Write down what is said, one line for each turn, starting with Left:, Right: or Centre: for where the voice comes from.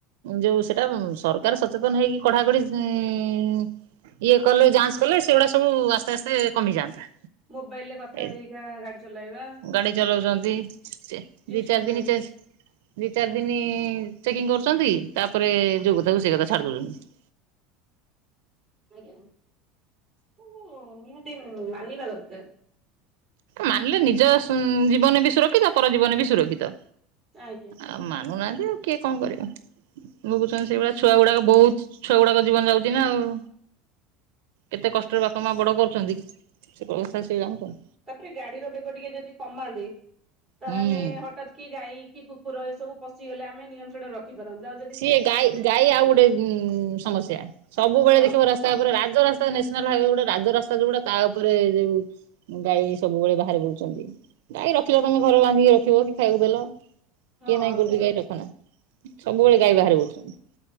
Right: ଯୋଉ ସେଟା ସରକାର ସଚେତନ ହେଇକି କଡା଼ କଢି଼- ଇଏ କଲେ ଯାଞ୍ଚ୍ କଲେ ସେଗୁଡା ସବୁ ଆସ୍ତେ ଆସ୍ତେ କମିଯାଆନ୍ତା।
Centre: ମୋବାଇଲରେ କଥା
Right: ଏ
Centre: ହେଇାଳ ହେଇକା ଗାଡି ଚଲେଇବା।
Right: ଗାଡି ଚଲାଉଛନ୍ତି ଦି
Centre: ଶୁଣୁଛନ୍ତି
Right: ଚାରି ଦିନି ଚେକ୍ ଦି ଚାରି ଦିନି ଚେକିଂ କରୁଛନ୍ତି ତାପରେ ଯୋଉ କଥା କୁ ସେଇ କଥା ଛାଡି ଦଉଛନ୍ତି।
Centre: ଆଜ୍ଞା ଏସବୁ ନିହାତି ମାନିିବା ଦରକାର।
Right: ମାନିଲେ ନିଜ ଜୀବନ ବି ସୁରକ୍ଷିତ ପର ଜୀବନ ବି ସୁରକ୍ଷିତ।
Centre: ଆଜ୍ଞା।
Right: ଆଉ ମାନୁନାହାନ୍ତି ଆଉ କିଏ କଣ କରିବା। ଭୋଗୁଛନ୍ତି ସେଇଭଳିଆ ଛୁଆ ଗୁଡାକ ବହୁତ ଛୁଆ ଗୁଡାକ ଜୀବନ ଯାଉଛି ନା ଆଉ। କେତେ କଷ୍ଟରେ ବାପା ମା ବଡ କରୁଛନ୍ତି ସେ କଥା ସେ ଜାଣୁଛନ୍ତି।
Centre: ତାପରେ ଗାଡିର ବେଗ ଟିକେ ଯଦି କମାନ୍ତେ ତାହେଲେ
Right: ହୁଁ।
Centre: ହଠାତ୍ କି ଗାଈ କି କୁ କୁକୁର ଏ ସବୁ ପସିଗଲେ ଆମେ ନିୟନ୍ତ୍ରଣ ର ରଖି ପାରନ୍ତେ। ଆଉ ଯଦି
Right: ସିଏ ଗାଈ ଗାଈ ଆଉ ଗୋଟେ ଉଁ ସମସ୍ୟା ସବୁବେଳେ
Centre: ହଁ
Right: ଦେଖିବ ରାସ୍ ତାପରେ ରାଜରାସ୍ତା ନ୍ୟାସନାଲ ହାଇୱେ ଗୋଟେ ରାଜରାସ୍ତା ଯୋଉଗୁଡା ତା ଉପରେ ଯୋଉ ଗାଈ ସବୁବେଳେ ବାହାରେ ବୁଲୁଛନ୍ତି। ଗାଈ ରଖିଲ ତମେ ଘରେ ବାନ୍ଧିକି ରଖିବ କି ଖାଇବାକୁ ଦେଲ।
Centre: ହଁ
Right: କିଏ ନାଇଁ କରୁଛି
Centre: ସେ ସବୁ
Right: ଗାଈ ରଖନା ସବୁବେଳେ ଗାଈ
Centre: ସେ
Right: ବାହାରେ ବୁଲୁଛନ୍ତି।